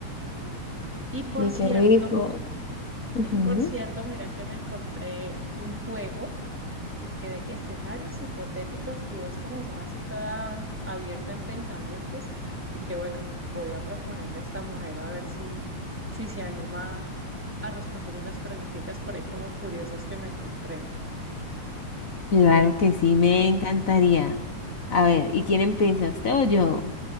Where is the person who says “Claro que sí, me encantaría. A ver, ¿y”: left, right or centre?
Left